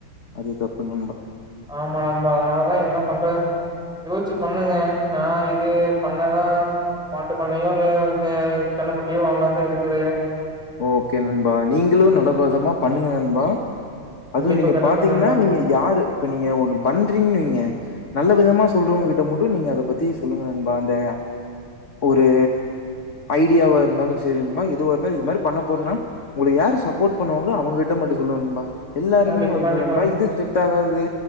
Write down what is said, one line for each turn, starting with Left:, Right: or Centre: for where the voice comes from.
Left: அது தப்பு நண்பா
Centre: ஆமா நண்பா அதனாலதா என்ன பண்றது யோசிச்சு பண்ணுங்க நா இது பண்ணதா மாட்டுப்பண்ணையோ இல்ல கண்ணு குட்டியோ வாங்கலான் தா இருக்குது
Left: ஓகே நண்பா நீங்களு நல்ல பிரதமா பண்ணுங்க நண்பா
Centre: கண்டிப்பா
Left: அதுவு நீங்க
Centre: கண்டிப்பா
Left: பாத்தீங்கன்னா
Centre: நண்பா
Left: நீங்க யாரு இப்ப நீங்க ஒண்ணு பண்றீங்கன்னு வைங்க நல்ல விதமா சொல்றவங்க கிட்ட மட்டு நீங்க அத பத்தி சொல்லுங்க நண்பா அந்த ஒரு ஐடியாவாருந்தாலு சேரிமா எதுவாருந்தாலு இது மாரி பண்ண போறனா உங்க யார் சப்போர்ட் பண்ணுவாங்களோ அவுங்க கிட்ட மட்டு சொல்லுங்க நண்பா எல்லாருமே
Centre: கண்டிப்பா
Left: வந்து
Centre: கண்டிப்பா
Left: நண்பா இது செக்ட் ஆகாது